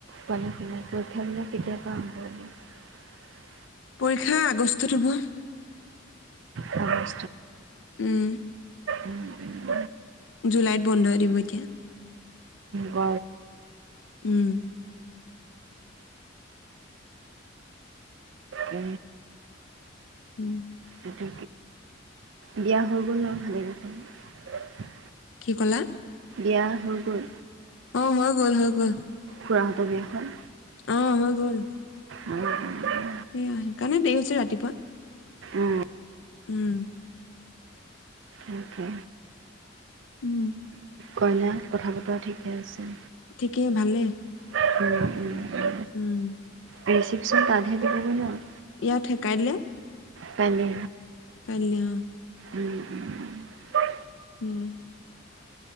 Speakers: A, on the right; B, on the left.
A: পোৱালি শুলে পৰিক্ষা বিলাক কেতিয়াবা আৰম্ভ হ'ব।
B: পৰীক্ষা আগষ্টত হ'ব
A: হয়
B: উম
A: উম উম
B: জুলাইত বন্ধ হৈ দিব এতিয়া
A: গ
B: উম
A: উ
B: উম
A: গতি বিয়া হৈ গ'ল আৰু ভালে কুশলে
B: কি ক'লা
A: বিয়া হৈ গল
B: অ হৈ গ'ল হৈ গ'ল
A: খুৰাহঁতৰ বিয়াখন
B: অ' হ'ল
A: উম উম
B: সেইয়া সেইকাৰণে দেৰি হৈছে ৰাতিপুৱা
A: উম ',
B: উম
A: উহ হু
B: উম
A: কইনা কথা বতৰা ঠিকে আছে
B: থিকে ভালে
A: উম উম
B: উম
A: ৰেশিপচন তাতহে থাকিব ন‌?
B: ইয়াত সে কাইলে
A: পালে
B: কল্যাণ
A: উম উম উ
B: উম